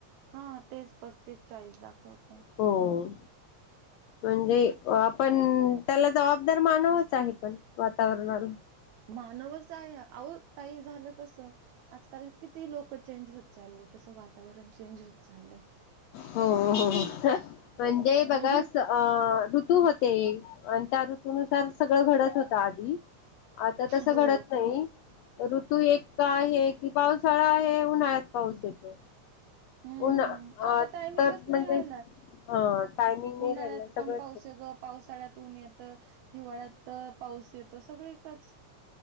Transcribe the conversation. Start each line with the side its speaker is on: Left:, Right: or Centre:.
Right: हा तेच पस्तीस चाळीस दाखवत
Left: हो म्हणजे आपण त्याला जबाबदार मानवच आहे पण वातावरणल
Right: मानवच आहे अहं काही झालं कसं आजकाल किती लोक चेंज होत चालले त अस वातावरण चेंज होत चाललंय
Left: हो हो म्हणजे
Right: हम्म.
Left: बघा ऋतू होते आणि त्या ऋतुनुसार सगळं घडत होत आ आता तस घडत
Right: हो.
Left: नाही ऋतू एक आहे कि पाऊस थळा हे उन्हाळ्यात पाऊस येतो
Right: हम्म
Left: उन्हा
Right: आता टायमिंगच
Left: तर म्हणजे
Right: नाही राहिला
Left: हा टायमिंग नाही
Right: उन्हाळ्यात
Left: राहिला सगळं
Right: पण पाऊस येतो पावसाळ्यात उऊन येत हिवाळ्यात पाऊस येत त सगळ एकच